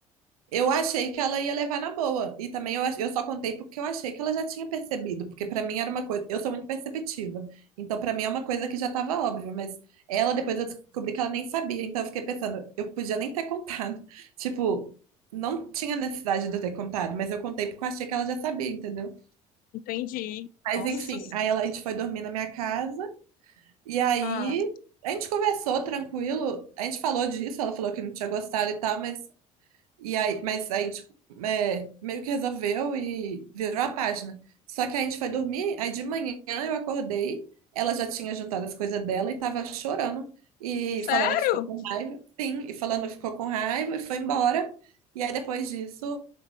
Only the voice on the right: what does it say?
Eu achei que ela ia levar na boa. E também eu, ach- eu só contei porque eu achei que ela já tinha percebido. Porque pra mim era uma coisa. Eu sou muito perceptiva. Então pra mim é uma coisa que já tava óbvia. Mas ela, depois eu descobri que ela nem sabia. Então eu fiquei pensando, eu podia nem ter contado. <laughs> Tipo, não tinha necessidade de eu ter contado. Mas eu contei porque eu achei que ela já sabia, entendeu?
Mas
enfim,
aí ela, a gente foi dormir na minha casa. E aí.
A gente conversou tranquilo, a gente falou disso, ela falou que não tinha gostado e tal, mas e aí, mas aí, tipo, é, meio que resolveu e virou a página. Só que a gente foi dormir, aí de manhã eu acordei, ela já tinha juntado as coisas dela e tava chorando e
falando que ficou com raiva. Sim, e falando que ficou com raiva e foi embora. E aí depois disso,